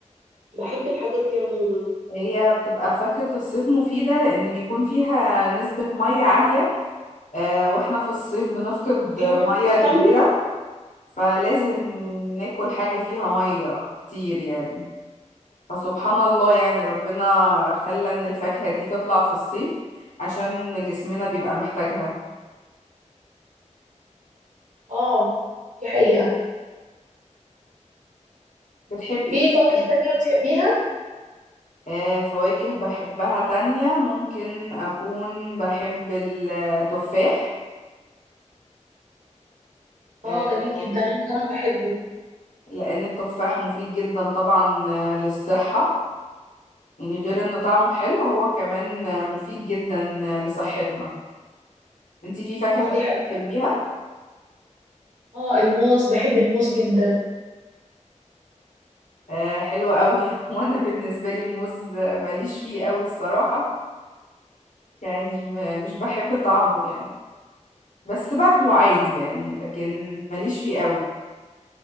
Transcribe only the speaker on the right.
بحب الحاجات دي عموما
بتحبي
فواكه
تانية؟
اه دي حقيقة
في فواكه
تانية بتحبيها؟
اه جميل جدا انا كمان بحبه
اه
دي حقيقة
اه الموز بحب الموز جدا